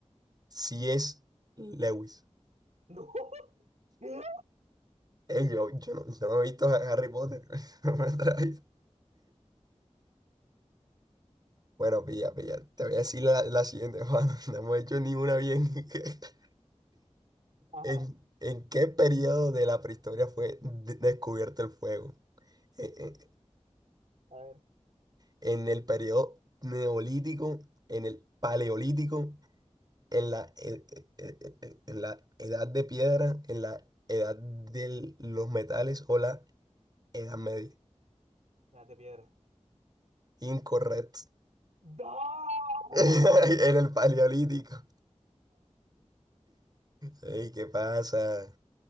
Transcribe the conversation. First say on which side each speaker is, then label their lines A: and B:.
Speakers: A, on the right; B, on the right.
A: Si es Lewis.
B: <laughs> No. ¿Qué?
A: Eh, yo, yo no, yo no he visto a Harry Potter. <laughs> No me atrae. Bueno, pilla, pilla. Te voy a decir la, la siguiente, Juan. <laughs> No hemos hecho ninguna bien. <laughs>
B: Ajá,
A: ¿En, en qué periodo de la prehistoria fue de- descubierto el fuego? ¿En, en-
B: a ver,
A: en el periodo neolítico? ¿En el paleolítico? en la, e- e- e- e- en la edad de piedra, en la edad de los metales o la edad media.
B: las de piedra.
A: Incorrecto.
B: ¡No!
A: <laughs> En el paleolítico. Ey, ¿qué pasa?